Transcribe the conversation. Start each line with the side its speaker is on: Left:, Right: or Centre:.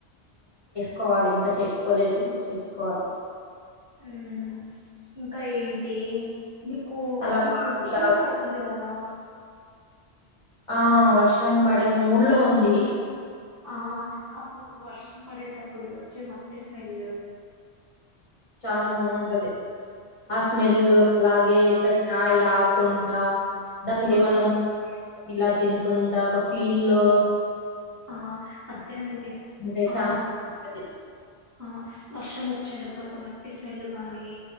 Left: కోవాలి ఇంకా చేసుకోలేదు, చేసుకోవాల్
Right: ఊ ఇంకా ఏంటి నీకు
Left: అలా
Right: ఇప్పుడు
Left: కాఫీ
Right: వర్షం
Left: తాగ
Right: పడుతుంది కదా
Left: ఆ వర్షం పడే మూడ్ లో ఉంది.
Right: ఆ అప్పుడు వర్షం పడే తప్ ప్పుడు వచ్చే మట్టి స్మెల్
Left: చాన బావుంటది. ఆ స్మెల్ అలాగే ఇట్లా చాయ్ తాకుంట దానిలో
Right: ఆ
Left: ఏమన్నా ఇలా తినుకుంటా ఒక ఫీల్ లో
Right: ఆ అర్జెంటిగా
Left: అంటే
Right: ఆ
Left: చాలా ఉంటది
Right: ఆ వర్షం వచ్చేటప్పుడు ఒక మట్టి స్మెల్ గాని,